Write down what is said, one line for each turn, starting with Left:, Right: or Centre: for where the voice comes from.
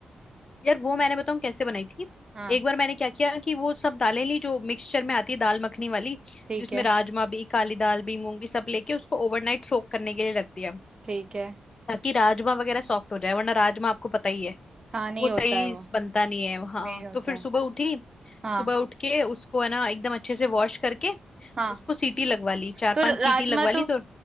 Left: यार वो मैंने बताऊं कैसे बनाई थी
Right: हाँ
Left: एक बार मैंने क्या किया कि वो सब दालें ली जो मिक्सचर में आती है दाल मखनी वाली
Right: ठीक
Left: जिसमें
Right: है
Left: राजमा भी काली दाल भी मूंग भी सब लेके उसको ओवरनाइट सोक करने के लिए रख दिया
Right: ठीक है
Left: ताकि राजमा वगैरह सॉफ्ट हो जाए वरना राजमा आपको पता ही है
Right: हाँ नहीं
Left: वो
Right: होता
Left: सही
Right: है वो
Left: से बनता नहीं है हाँ
Right: नहीं होता
Left: तो फिर
Right: है
Left: सुबह उठी
Right: हाँ
Left: सुबह उठ के उसको है ना एकदम अच्छे से वॉश करके
Right: हाँ
Left: उसको सीटी लगवा ली चार
Right: तो
Left: पांच
Right: र- राजमा
Left: सीटी लगवा ली
Right: तो
Left: तो